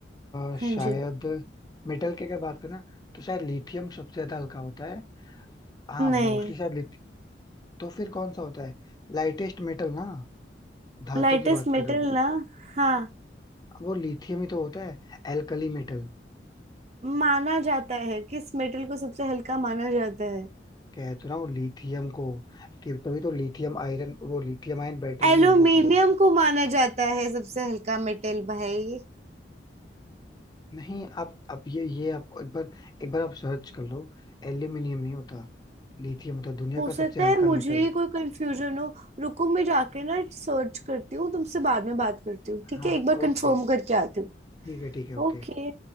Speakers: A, on the left (about 25°); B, on the right (about 40°).
A: अ,
B: हाँ
A: शायद
B: जी
A: मेटल की अगर बात करें ना तो शायद लिथियम सबसे ज्यादा हल्का होता है हाँ
B: नहीं
A: मोस्टली शायद लिथियम तो फिर कौन सा होता है लाइटेस्ट मेटल ना धातु
B: लाइटेस्ट
A: की बात कर
B: मेटल
A: रहे हो बे।
B: ना हाँ
A: वो लिथियम ही तो होता है एल्कली मेटल
B: माना जाता है किस मेटल को सबसे हल्का माना जाता है
A: कह तो रहा हूँ लिथियम को कि तभी तो लिथियम आयरन वो लिथियम आयन बैटरी
B: एल्यूमिनियम
A: भी यूज होती है
B: को माना जाता है सबसे हल्का मेटल भाई
A: नहीं आप आप ये ये आप एक बार एक बार आप सर्च कर लो एल्यूमिनियम नहीं होता लिथियम होता है दुनिया
B: हो
A: का
B: सकता
A: सबसे हल्का
B: है मुझे
A: मेटल
B: ही कोई कंफ्यूजन हो रुको मैं जाके ना सर्च करती हूँ तुमसे बाद में बात करती हूँ ठीक
A: हाँ
B: है एक बार
A: ओके
B: कंफर्म करके आती हूँ
A: ठीक है ठीक है ओके
B: Okay